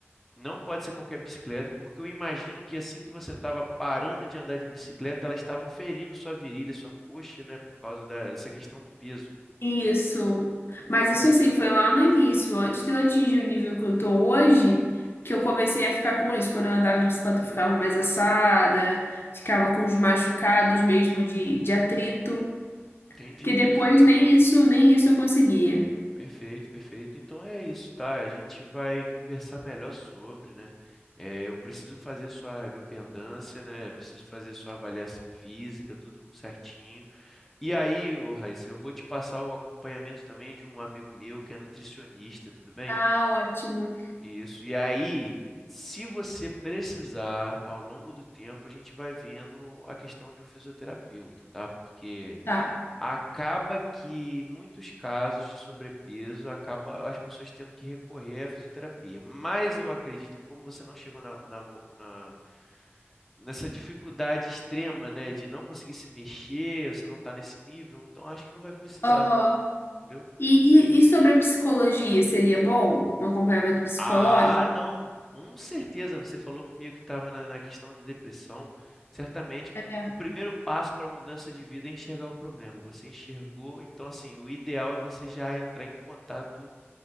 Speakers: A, in the centre; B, on the left.
A: não pode ser qualquer bicicleta, porque eu imagino que assim que você estava parando de andar de bicicleta, elas estavam ferindo sua virilha, sua coxa, né, por causa da- dessa questão do peso.
B: Isso.
A: Su-
B: Mas isso assim, foi lá no início, antes de eu atingir o nível que eu tô hoje, que eu comecei a ficar com isso. Quando eu andava de bicicleta, eu ficava mais assada, ficava com os machucados mesmo de, de atrito.
A: Entendi,
B: Porque depois
A: perfeito.
B: nem isso, nem isso eu conseguia.
A: Perfeito, perfeito. Então é isso, tá? A gente vai conversar melhor sobre, né? É, eu preciso fazer sua biopendância, né? Eu preciso fazer sua avaliação física, tudo certinho. E aí, ô Raíssa, eu vou te passar o acompanhamento também de um amigo meu que é nutricionista, tudo bem?
B: Ah, ótimo.
A: Isso. E aí, se você precisar, ao longo do tempo, a gente vai vendo a questão de um fisioterapeuta, tá? Porque
B: Tá.
A: acaba que em muitos casos de sobrepeso acaba as pessoas tendo que recorrer à fisioterapia. Mas eu acredito que como você não chegou na, na mo- na- nessa dificuldade extrema, né, de não conseguir se mexer, você não está nesse nível, então acho que não vai precisar,
B: Aham.
A: tá- entendeu?
B: E, e, e sobre a psicologia, seria bom? Um acompanhamento psicológico?
A: Ah, não, com certeza. Você falou comigo que estava na, na questão da depressão. Certamente,
B: É,
A: o primeiro passo para a mudança de vida é enxergar o problema. Você enxergou, então assim, o ideal é você já entrar em contato